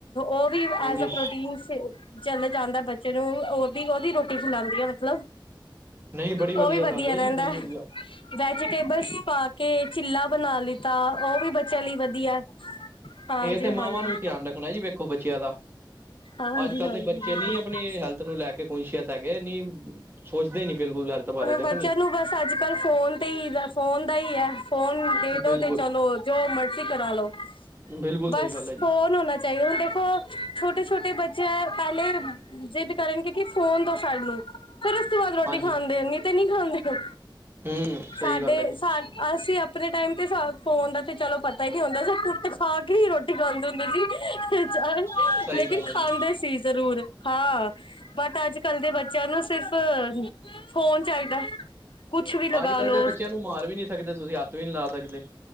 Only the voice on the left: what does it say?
ਓ ਵੀ
ਐਜ਼ ਆ ਪ੍ਰੋਟੀਨ ਨੂੰ ਫੇ ਚਲ ਜਾਂਦਾ ਬੱਚੇ ਨੂੰ ਓ ਦੀ ਉਦੀ ਰੋਟੀ ਖਲਾਦੀ ਆ ਮਤਲਬ,
ਓ ਵੀ ਵਧੀਆ
ਰੈਂਦਾ
ਐ।
ਵੈਜੀਟੇਬਲਸ ਪਾ ਕੇ ਚਿੱਲਾ ਬਣਾ ਲਿਤਾ ਓ ਵੀ ਬੱਚਿਆਂ ਲਈ ਵਧੀਆ। ਹਾਂਜੀ
ਹਾਂਜੀ
ਹਾਂਜੀ
ਹਾਂਜੀ
ਬਿਲਕੁਲ
ਬੱਚਿਆਂ
ਨੂੰ ਬਸ ਅੱਜ-ਕਲ ਫੋਨ ਤੇ ਹੀ ਦਾ ਫੋਨ ਦਾ ਹੀ ਹੈ। ਫੋਨ ਦੇ ਦੋ
ਤੇ ਚਲੋ ਜੋ ਮਰਜ਼ੀ ਕਰਾਲੋ,
ਬਸ
ਫੋਨ ਹੋਣਾ, ਹੁਣ ਦੇਖੋ ਛੋਟੇ-ਛੋਟੇ ਬੱਚੇ ਪਹਿਲੇ ਜਿਦ ਕਾਰਨ ਕਿ ਫੋਨ ਦੋ ਸਾਨੂੰ ਫਿਰ, ਰੋਟੀ
ਖਾਂਦੇ ਨਹੀਂ ਤੇ ਨਹੀਂ ਖਾਂਦੇ
ਸਾਡੇ
ਸਾ ਅਸੀਂ ਆਪਣੇ ਟਾਈਮ ਤੇ ਫੋਨ ਦਾ ਤੇ ਚਲੋ ਪਤਾ ਹੀ ਨਹੀਂ ਹੁੰਦਾ ਕੁੱਟ, ਖਾ ਕੇ ਹੀ ਰੋਟੀ ਖਾਂਦੇ ਹੁੰਦੇ ਸੀ ਚਾਹੇ
ਲੇਕਿਨ
ਖਾਂਦੇ
ਸੀ ਜ਼ਰੂਰ। ਹਾਂ ਬੱਟ ਅੱਜ-ਕੱਲ ਦੇ ਬੱਚਿਆਂ ਨੂੰ ਸਿਰਫ਼ ਫੋਨ ਚਾਹੀਦਾ। ਕੁਛ ਵੀ ਲਗਾ
ਲੋ